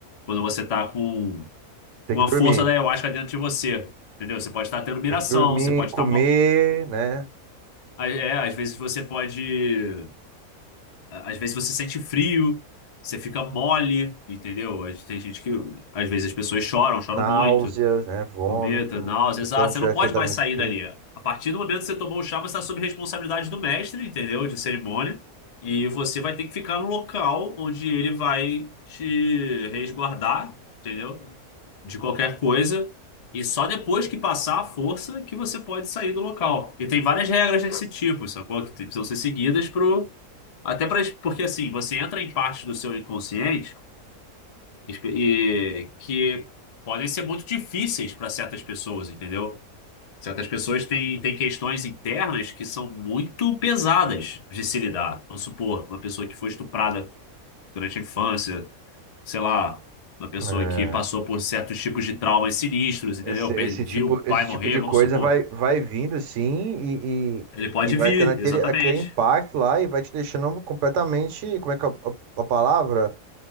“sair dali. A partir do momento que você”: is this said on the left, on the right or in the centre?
Left